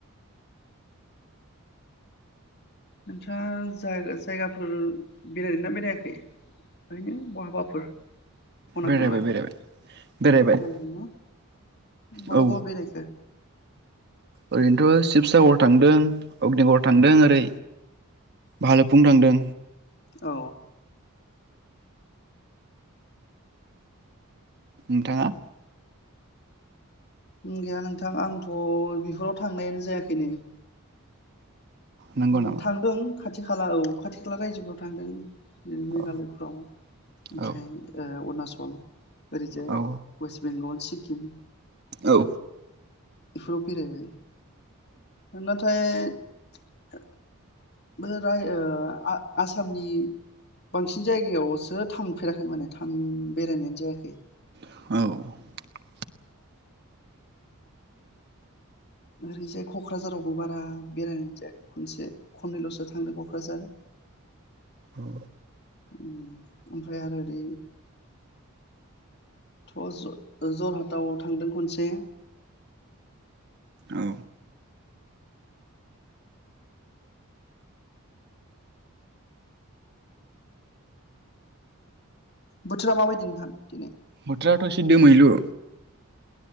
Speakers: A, on the left; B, on the right.
A: नोंथां जाय-जायगाफोर बेरायदों ना बेरायाखै ओरैनो बहाबाफोर? खना
B: बेरायबाय
A: खनला
B: बेरायबाय बेरायबाय।
A: बेरायदोंना बहा
B: औ
A: बहा बेरायखो?
B: ओरैनोथ शिबसागर थांदों अग्निगर थांदों ओरै भालुकफुं थांदों।
A: औ।
B: नोंथाङा
A: गैया नोंथां आंथ बेफोराव थांनायानो जायाखैनो।
B: नंगौ
A: ओम
B: नामा
A: थांदों खाथि खाला औ खाथि खाला रायजोफोराव थांदों। मेघालयफ्राव
B: औ
A: ओमफ्राय
B: औ
A: ओ उरनाचल <inaudible> ओरैजाय
B: औ
A: वेस्ट बेंगल सिक्किम
B: औ।
A: बेफोराव बेरायबाय। नथाय <unintelligible> बोराय ओ आ आसामनि बांसिन जायगायावसो थांफेराखै माने थां बेरायनायानो जायाखै
B: औ
A: ओरैजाय क'क्राझारावबो बारा बेरायनायानो जायाखै खनसे खननैल'सो थांदों क'क्राझार।
B: औ
A: उम ओमफ्राय आरो ओरै थ ज जरहाटाव थांदों खनसे
B: औ
A: बोथोरा माबायदि नोंथां दिनै
B: बोथोराथ' ऐसे दोमैलु